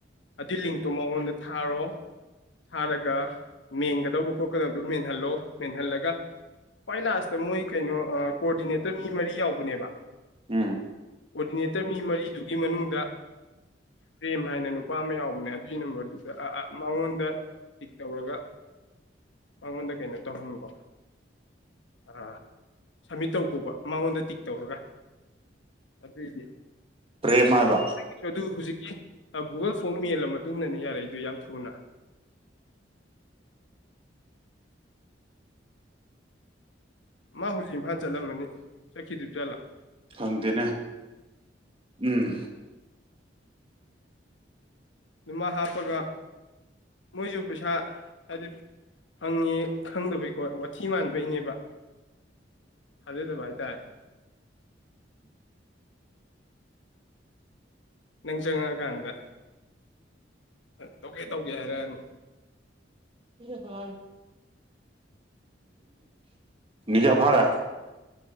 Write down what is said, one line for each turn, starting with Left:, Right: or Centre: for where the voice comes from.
Left: ꯑꯗꯨ ꯂꯤꯡꯇꯣ ꯃꯉꯣꯟꯗ ꯊꯥꯔꯣ ꯊꯥꯔꯒ ꯃꯦꯟꯒꯗꯧꯕ ꯈꯣꯠꯀꯗꯕꯗꯨꯣ ꯃꯦꯟꯍꯜꯂꯣ ꯃꯦꯟꯍꯜꯂꯒ ꯈ꯭ꯋꯥꯏ ꯂꯥꯁꯇ ꯃꯣꯏ ꯀꯩꯅꯣ ꯀꯣꯑꯣꯗꯤꯅꯦꯇꯔ ꯃꯤ ꯃꯔꯤ ꯌꯥꯎꯕꯅꯦꯕ
Right: ꯎꯝ
Left: ꯀꯣꯑꯣꯗꯤꯅꯦꯇꯔ ꯃꯤ ꯃꯔꯤꯗꯨꯒꯤ ꯃꯅꯨꯡꯗ ꯄ꯭ꯔꯦꯝ ꯍꯥꯏꯅ ꯅꯨꯄꯥ ꯑꯃ ꯌꯥꯎꯕꯅꯦ ꯑꯗꯨ ꯐꯔꯤ ꯅꯝꯕꯔꯗꯨꯗ ꯃꯉꯣꯟꯗ ꯄꯤꯛ ꯇꯧꯔꯒ ꯃꯉꯣꯟꯗ ꯀꯩꯅꯣ ꯇꯧꯍꯟꯀꯣ ꯑꯥ ꯁꯃꯤꯠ ꯇꯧꯕꯕ ꯃꯉꯣꯟꯗ ꯇꯤꯛ ꯇꯧꯔꯒ ꯑꯗꯨꯏꯗꯤ
Right: ꯄ꯭ꯔꯦꯝ ꯍꯥꯏꯕ
Left: ꯑꯗꯨꯗꯤ ꯅꯪꯒꯤꯁꯨ ꯑꯗꯨ ꯍꯧꯖꯤꯛꯀꯤ ꯒꯨꯒꯜ ꯐꯣꯝ ꯃꯜꯂꯝꯃ ꯇꯨꯡꯅꯅꯦꯅꯤꯔꯗ ꯌꯥꯝꯝꯊꯨꯑꯅꯥ ꯃꯥ ꯍꯧꯖꯤꯛ ꯏꯝꯐꯥꯟ ꯆꯠꯂꯝꯃꯅꯤ ꯆꯠꯈꯤꯗ꯭ꯔꯤꯕ ꯠꯂꯥ
Right: ꯈꯪꯗꯦꯅꯦ ꯎꯝ
Left: ꯑꯗꯨꯃ ꯍꯥꯞꯄꯒ ꯃꯣꯏꯁꯨ ꯄꯩꯁꯥ ꯍꯥꯏꯗꯤ ꯍꯪꯉꯦ ꯈꯪꯗꯕꯩꯀꯣ ꯋꯥꯊꯤ ꯃꯥꯟꯕꯩꯅꯦꯕ ꯐꯗꯗ ꯥꯏ ꯇꯥꯏ
Right: <unintelligible>
Left: ꯅꯪ ꯆꯉ ꯀꯗ ꯇꯧꯒꯦ ꯇꯧꯒꯦ ꯍꯥꯏꯔꯛꯅꯤ
Right: ꯏ ꯍ ꯖꯚꯥꯔꯥ